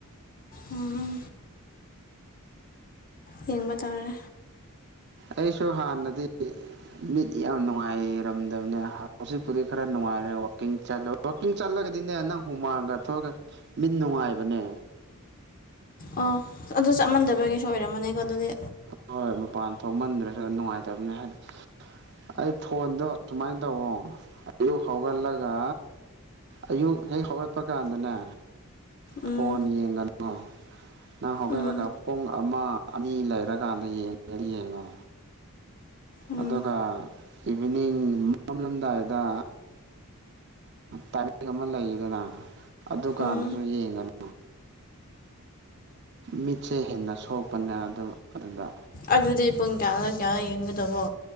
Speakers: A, on the left (about 40°); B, on the right (about 50°).
A: ꯎꯝ ꯌꯦꯡꯕ ꯇꯥꯔꯦ
B: ꯑꯩꯁꯨ ꯍꯥꯥꯟꯅ ꯗꯤ ꯃꯤꯠ ꯌꯥꯝ ꯅꯨꯡꯉꯥꯏꯔꯝꯗꯕꯅꯦ ꯍꯧꯖꯤꯛꯄꯨꯗꯤ ꯈꯔ ꯅꯨꯡꯉꯥꯏꯔꯦ ꯋꯥꯛꯀꯤꯡ ꯠꯂ ꯋꯥꯋꯥꯛꯀꯤꯡ ꯆꯠꯂꯒꯗꯤꯅꯦ ꯅꯪ ꯍꯨꯃꯥꯡꯒ ꯊꯣꯛꯑꯒ ꯃꯤꯠ ꯅꯨꯡꯉꯥꯏꯕꯅꯦ
A: ꯑꯣ ꯑꯗꯨ ꯆꯠꯃꯥꯟꯗꯕ ꯀꯩꯁꯨ ꯑꯣꯏꯔꯝꯃꯅꯦꯀꯣ ꯑꯗꯨꯗꯤ
B: ꯍ ꯍꯣꯏ ꯃꯄꯥꯟ ꯊꯣꯛꯃꯟꯗ꯭ꯔꯁꯨ ꯅꯨꯡꯉꯥꯏꯇꯕꯅꯦ ꯍꯥꯏꯗꯤ ꯑꯩ ꯐꯣꯟꯗꯣ ꯁꯨꯃꯥꯏꯅ ꯇꯧꯑꯣꯣ ꯑ ꯍꯧꯒꯠꯂꯒ ꯑꯌꯨꯛ ꯍꯦꯛ ꯍꯧꯒꯠꯄ ꯀꯥꯟꯗꯅꯦ
A: ꯎꯝ
B: ꯐꯣꯟ ꯌꯦꯡꯒꯅꯤ ꯑꯣ ꯅꯪ ꯍꯧꯒꯠꯂꯒ
A: ꯎꯝ
B: ꯄꯨꯡ ꯑꯃ ꯑꯅꯤ ꯂꯩꯔꯀꯥꯟꯗ ꯌꯦꯡꯉ ꯌꯦꯡꯉꯣ
A: ꯎꯝ
B: ꯑꯗꯨꯒ ꯏꯚꯤꯅꯤꯡ ꯃꯝꯂꯝꯗꯥꯏꯗ ꯇꯅꯤꯡꯡ ꯑꯃ ꯂꯩꯌꯦꯗꯅ ꯑꯗꯨꯀꯥꯟꯗꯁꯨ
A: ꯎꯝ
B: ꯌꯦꯡꯒꯅꯤ ꯃꯤꯠꯁꯦ ꯍꯦꯟꯅ ꯁꯣꯛꯄꯅꯦ ꯑꯗꯨ ꯑꯗꯨꯗ
A: ꯑꯗꯨꯗꯤ ꯄꯨꯡ ꯀꯌꯥꯅ ꯀꯌꯥ ꯌꯦꯡꯒꯗꯕꯣ